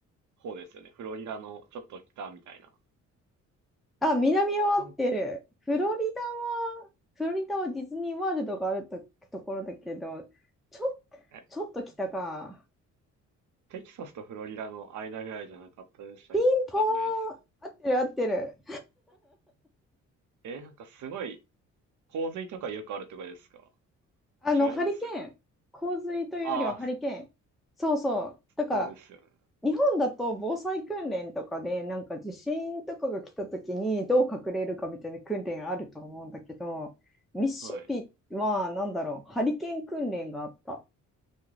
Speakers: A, on the right; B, in the centre.
A: 方ですよね。フロリダのちょっと北みたいな。
B: あ、南は合ってる。
A: なん
B: フロリダは、フロリダはディズニーワールドがあると、ところだけど、ちょ、
A: え、
B: ちょっと北か。
A: テキサスとフロリダの間ぐらいじゃなかったでしたっけわかんないです。
B: ピンポーン合ってる合ってる。
A: えーなんかすごい、洪水とかよくあるとこですか
B: あの、
A: 違いますこれ。
B: ハリケーン。洪水というよりはハリケーン。
A: ああ、
B: そうそう。だから、
A: そうですよね。
B: 日本だと防災訓練とかで、なんか地震とかが来た時にどう隠れるかみたいな訓練あると思うんだけど、ミシシッピは、
A: はい。
B: なんだろう、ハリケーン訓練があった。